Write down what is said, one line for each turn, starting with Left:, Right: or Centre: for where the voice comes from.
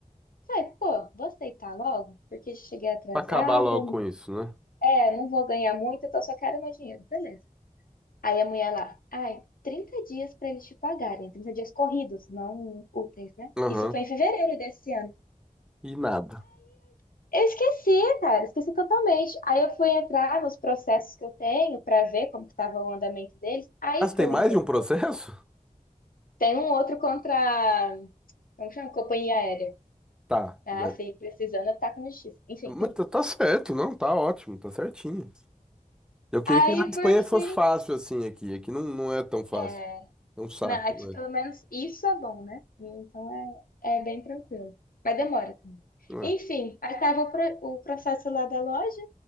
Left: Falei, pô, vou aceitar logo, porque cheguei atrasada,
Centre: Pra acabar logo
Left: não-
Centre: com isso, né?
Left: é, não vou ganhar muito, então só quero meu dinheiro, beleza. Aí a mulher lá, ai, 30 dias para eles te pagarem, 30 dias corridos, não úteis, né?
Centre: Aham.
Left: Isso foi em fevereiro desse ano.
Centre: E nada.
Left: Eu esqueci, cara, esqueci totalmente. Aí eu fui entrar nos processos que eu tenho para ver como que estava o andamento deles. Aí
Centre: Ah, você
Left: que
Centre: tem
Left: eu
Centre: mais
Left: lembrei.
Centre: de um processo?
Left: né? Tem um outro contra, como chama? Companhia aérea.
Centre: Tá.
Left: Ah,
Centre: Da-
Left: sim, precisando, tá com justiça. Enfim.
Centre: Mas tá tá certo, não, tá ótimo, tá certinho. Eu queria
Left: Aí,
Centre: que na Espanha
Left: por
Centre: fosse
Left: fim,
Centre: fácil assim aqui. Aqui não, não é tão fácil.
Left: é,
Centre: É um saco,
Left: não, aqui
Centre: não
Left: pelo
Centre: é?
Left: menos isso é bom, né? Então é, é bem tranquilo. Mas demora também.
Centre: Não
Left: Enfim,
Centre: é.
Left: aí estava o, pro- o processo lá da loja